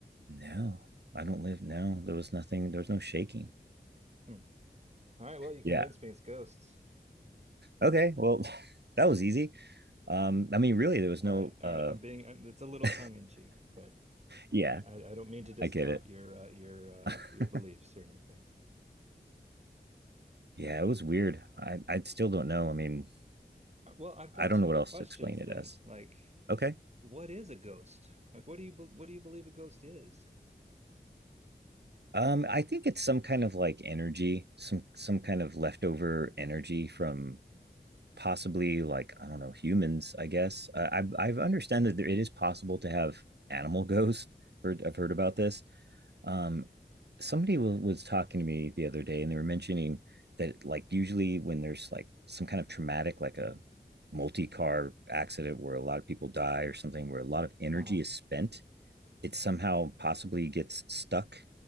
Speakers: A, on the right; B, on the right.
A: No, I don't live. No, there was nothing. There was no shaking.
B: Hmm. All right. Well, you
A: Yeah.
B: convinced me it's ghosts.
A: Okay. Well, <laughs> that was easy. Um, I mean, really, there was no.
B: All right, all
A: uh
B: right. I'm being, it's a little
A: <laughs>
B: tongue in cheek, but
A: Yeah,
B: I, I don't mean to discount
A: I get it.
B: your uh, your
A: <laughs>
B: uh, your beliefs or anything.
A: yeah, it was weird. I I still don't know. I mean,
B: Uh, Well, I've got
A: I don't
B: some
A: know what
B: other
A: else
B: questions
A: to explain it
B: then.
A: as.
B: Like,
A: Okay.
B: what is a ghost? Like, what do you be what do you believe a ghost is?
A: Um, I think it's some kind of like energy, some some kind of leftover energy from possibly like I don't know humans. I guess uh, I I understand that there, it is possible to have animal <laughs> ghosts. Heard, I've heard about this. Um, somebody wa- was talking to me the other day, and they were mentioning that like usually when there's like some kind of traumatic, like a multi-car accident where a lot of people die or something, where a lot of energy
B: Uh-huh.
A: is spent it somehow possibly gets stuck